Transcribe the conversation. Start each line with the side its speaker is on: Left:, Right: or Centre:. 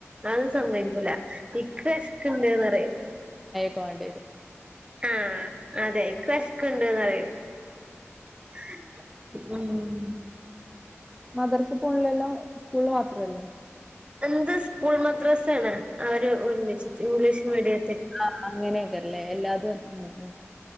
Right: അതും സമ്മയ്ക്കൂല
Centre: ഉം.
Right: ഇക്ക് വെശ്ക്ക്ണ്ട്ന്ന്നറയും
Centre: പോണ്ടിത്
Right: ആ അതെ ഇക്ക് വെശ്ക്ക്ണ്ട്ന്നറിം <inaudible>
Centre: മദർസ് പോണ്ലെല്ലോ സ്കൂള്മാത്രല്ലേ
Right: എന്ത് സ്കൂൾ മദ്രസ്സേണ് അവര് ഒരുമിച്ചിട്ട് ഇംഗ്ലീഷ് മീഡിയ
Centre: ആ അങ്ങനെയൊക്കെല്ലേ എല്ലാതും മ് മ്